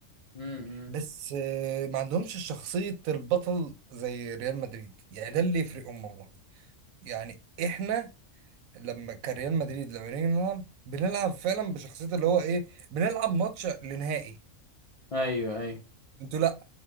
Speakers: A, on the left; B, on the right.
A: امم
B: بس آه، ما عندهمش شخصية البطل زي ريال مدريد يعني ده اللي يفرقهم والله يعني احنا لما كريال مدريد لما نيجي نلعب بنلعب فعلا بشخصية اللي هو ايه بنلعب ماتش لنهائي
A: ايوه ايوه
B: انتوا لا